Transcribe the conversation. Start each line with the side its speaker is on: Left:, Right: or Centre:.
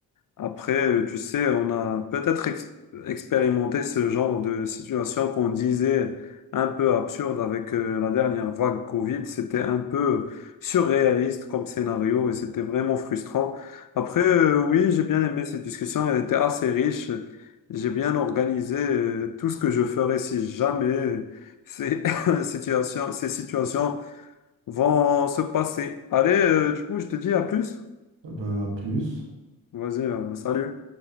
Left: Après, euh, tu sais, on a peut-être ex- expérimenté ce genre de situation qu'on disait un peu absurde avec euh, la dernière vague Covid. C'était un peu surréaliste comme scénario et c'était vraiment frustrant. Après, euh, oui, j'ai bien aimé cette discussion. Elle était assez riche. J'ai bien organisé euh, tout ce que je ferais si jamais ces <laughs> situations, ces situations vont se passer. Allez, euh, du coup, je te dis à plus.
Right: Ben, à plus.
Left: Vas-y, euh, salut.